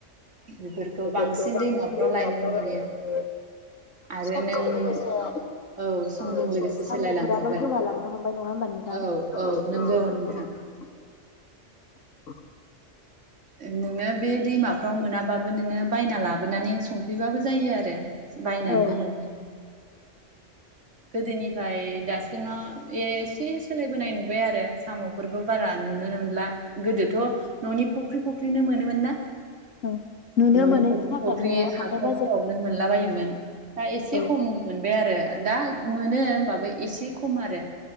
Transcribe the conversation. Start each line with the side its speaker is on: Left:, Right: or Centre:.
Left: <unintelligible>
Right: बेफोरखौ बांसिन दैमाफ्राव लायनाय नुयो आरो नों औ समजों लोगोसे सोलायलांजोब्बाय औ औ नंगौ नोंथां नोङो बे दैमाफ्राव मोनाबाबो नोङो बायना ला लाबोनानै संफैबाबो जायो आरो। बायनानैबो
Left: औ
Right: मोनो। गोदोनिफ्राय दासिमाव ए एसे सोलायबोनाय नुबाय आरो साम'फोरखौ बारा नुनोनो मोनला गोदोथ ननि फख्रि फुख्रिनो मोनोमोन ना?
Left: औ नुनो
Right: ननि
Left: मोनैनि
Right: फुख्रि
Left: थाखायनो
Right: फुख्रि हाखरफ्रावनो
Left: हाथाय बाजार
Right: मोनला बायोमोन। <inaudible> दा एसे
Left: औ
Right: खम मोनबाय आरो दा मोनो होमबाबो एसे खम आरो